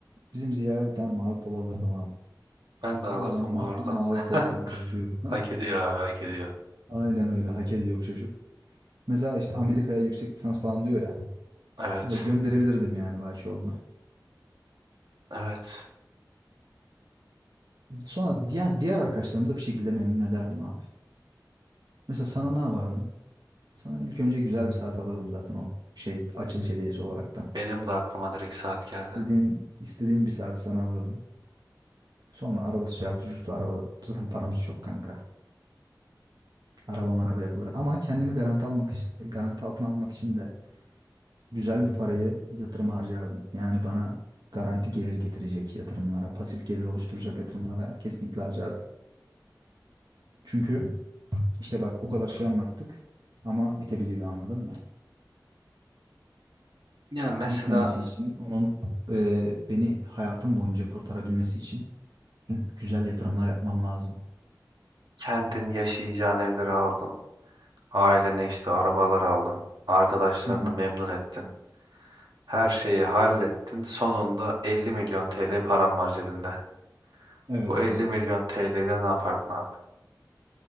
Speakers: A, on the right (about 70°); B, on the right (about 85°).
A: Bizim Ziya'ya bir tane mavi polo alırdım abi.
B: Ben de alırdım
A: Bu adam ma
B: bu arada.
A: <laughs> mavi poloya bayılıyor.
B: <laughs> Hak ediyor abi hak ediyor.
A: <laughs> Aynen öyle hak ediyor bu çocuk. Mesela işte Amerika'ya yüksek lisans falan diyor ya.
B: Evet.
A: Mesela gönderebilirdim yani Bahçoğlu'na.
B: Evet.
A: Sonra diğer, diğer arkadaşlarımı da bir şekilde memnun ederdim abi. Mesela sana ne yapardım? Sana ilk önce güzel bir saat alırdım zaten o şey açılış hediyesi olaraktan.
B: Benim de aklıma direkt saat geldi.
A: İstediğin, istediğin bir saat sana alırdım. Sonra arabası şartı ucuzdu araba. Zaten paramız çok kanka. Araba maraba yapılır. Ama kendimi garanti almak için, garanti altına almak için de güzel bir parayı yatırım harcardım. Yani bana garanti gelir getirecek yatırımlara, pasif gelir oluşturacak yatırımlara kesinlikle harcardım. Çünkü işte bak o kadar şey anlattık ama bitebiliyor anladın mı?
B: Ya mesela
A: Bitmemesi için onun e, beni hayatım boyunca kurtarabilmesi için güzel yatırımlar yapmam lazım.
B: kendin yaşayacağın evleri aldın. Ailene işte arabalar aldın. Arkadaşlarını
A: Hı hı.
B: memnun ettin. Her şeyi hallettin. Sonunda 50 milyon TL param var cebinde.
A: Evet
B: Bu
A: abi.
B: 50 milyon TL ile ne yapardın abi?